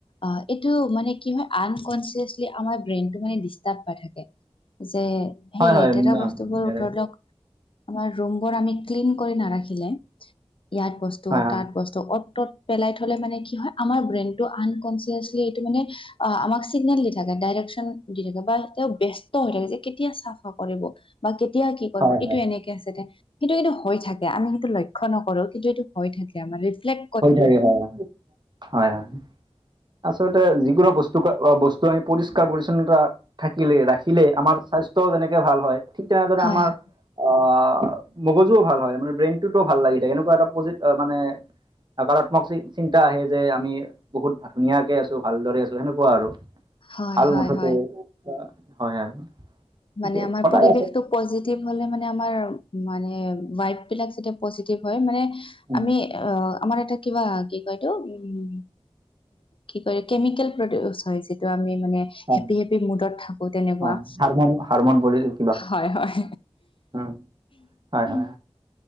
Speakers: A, on the left; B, on the right.
A: অ', এইটো মানে কি হয় আনকনচিয়াচলি আমাৰ ব্ৰেইনটো মানে ডিষ্টাৰ্ব পাই থাকে। যে সেই
B: হয়
A: লেতেৰা
B: হয়
A: বস্তুবোৰ
B: হয়
A: ধৰি লওঁক আমাৰ ৰুম বোৰ আমি ক্লিন কৰি নাৰাখিলে, ইয়াত বস্তু
B: হয়
A: তাত বস্তু অত-তত পেলাই থ'লে মানে কি হয়, আমাৰ ব্ৰেইনটো আনকনচিয়াচলি এইটো মানে অ', আমাক চিগনেল দি থাকে ডাইৰেকশন দি থাকে বা তেওঁ বে হৈ থাকে যে কেতিয়া চাফা কৰিব বা কেতিয়া কি কৰিব
B: হয়
A: এইটো
B: হয়
A: এনেকে সেইটো কিন্ত হৈ থাকে আমি সেইটো লক্ষ্য নকৰো কিন্তু এইটো হৈ থাকে আমাৰ। ৰিফ্লেক্
B: হৈ থাকে হয়, হয়। হয়, হয়। আচলতে যিকোনো বস্তু-বস্তু আমি পৰিষ্কাৰ পৰিচ্ছন্নতা থাকিলে ৰাখিলে আমাৰ স্বাস্থ্যও তেনেকে ভাল হয়, ঠিক তেনেদৰে
A: হয়
B: আমাৰ
A: হয়
B: অ', মগজুও ভাল হয় মানে ব্ৰেইনটোতো ভাল লাগি থাকে এনেকুৱা এটা পজিট মানে নকাৰাত্মক <unintelligible> চিন্তা আহে যে আমি বহুত ধুনীয়াকে আছোঁ, ভালদৰে আছোঁ, সেনেকুৱা আৰু।
A: হয়
B: ভাল
A: হয়
B: মুঠতে
A: হয়
B: হয় আৰু। গতিকে
A: মানে আমাৰ
B: সদায়
A: পৰিৱেশটো পজিটিভ হলে মানে আমাৰ মানে ভাইব বিলাক যেতিয়া পজিটিভ হয় মানে
B: উম,
A: আমি অ', আমাৰ এটা কিবা কি কয় এইতো? উম কি কৰে কেমিকেল প্ৰডিউচ হয় যিটো আমি মানে
B: হয়
A: হেপী হেপী মুডত থাকো তেনেকুৱা
B: হয় হাৰমন হাৰমন ভৰিযাব
A: হয় হয়
B: উম, হয়, হয়।